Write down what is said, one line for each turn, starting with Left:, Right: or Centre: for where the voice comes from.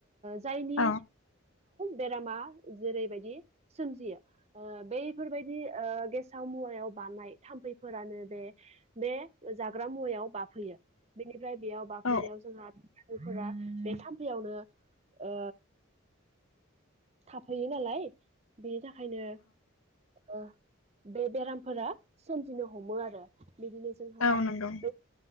Right: जायनि
Left: औ
Right: बेरामा जेरैबायदि सोमजियो बे बेफोरबायदि ओ गेसाव मुवायाव बानायनाय थाम्फैफोरानो बे बे जाग्रा मुवा याव बाफैयो बेनिफ्राय बेयाव बाफैनायाव
Left: औ
Right: जोंहा दैफोरा बे थामफैयावनो ओ थाफैयो नालाय बेनि थाखायनो ओ बे बेरामफोरा सोमजिनो हमो आरो बिदिनो जोंहा
Left: औ नंगौ
Right: बे